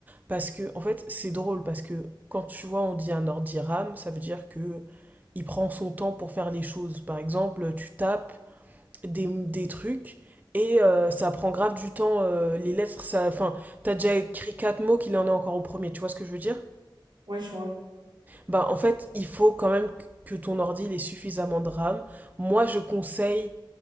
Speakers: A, on the right; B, on the right.
A: parce que, en fait, c'est drôle, parce que quand tu vois, on dit un ordi RAM, ça veut dire que il prend son temps pour faire les choses. Par exemple, tu tapes, des, des trucs et euh, ça prend grave du temps euh, les lettres ça enfin t'as déjà écrit quatre mots qu'il en est encore au premier tu vois ce que je veux dire
B: Ouais, je vois.
A: bah en fait il faut quand même que ton ordi il ait suffisamment de RAM moi je conseille